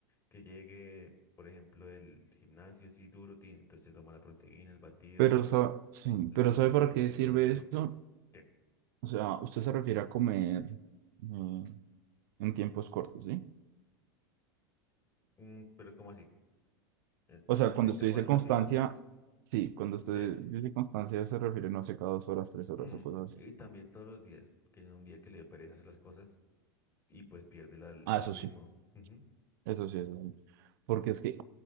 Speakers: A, on the left (about 25°); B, on the right (about 60°).
A: Que llegue, por ejemplo, el gimnasio así duro, tiene, entonces toma la proteína, el batido,
B: Pero, sa- sí,
A: el-
B: pero
A: con
B: ¿sabe para
A: yogurcito
B: qué sirve
A: griego.
B: eso?
A: ¿Qué?
B: O sea, usted se refiere a comer mm, en tiempos cortos, ¿sí?
A: Mm, pero como así, Eh,
B: O
A: eh,
B: sea,
A: entre
B: cuando
A: intervalos
B: usted dice constancia,
A: de tiempo corto.
B: sí, cuando usted
A: Sí.
B: dice constancia se refiere, no sé, cada dos horas, tres horas
A: Mm,
B: o cosas así.
A: Y también todos los días, que es un día que le dio pereza hacer las cosas y pues pierde la- el
B: Ah, eso
A: ritmo.
B: sí,
A: Ujú,
B: eso sí, eso sí. Porque es que